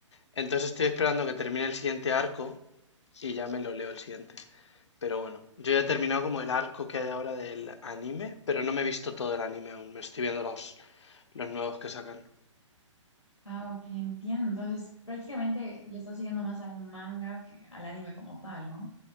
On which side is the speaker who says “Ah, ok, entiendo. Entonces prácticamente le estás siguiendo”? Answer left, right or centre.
Left